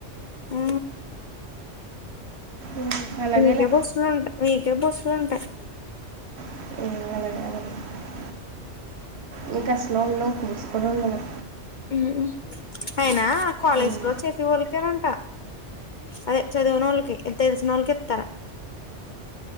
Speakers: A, on the left; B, on the right.
A: ఉ
B: ఉమ్, అలాగేలే
A: మీకే బస్లుంటాయీ మీకే బస్సులు ఉంటయ్
B: ఏ <inaudible> మీకు అసలు ఉండవు బస్ కూడా ఉండదు
A: ఊ అయినా కాలేజ్
B: ఉమ్.
A: లో చేసేవాళ్ళకి ఇచ్చారంట అదే చదువ నోళ్ళకి తెలిసిన నోళ్ళకే ఇత్తరా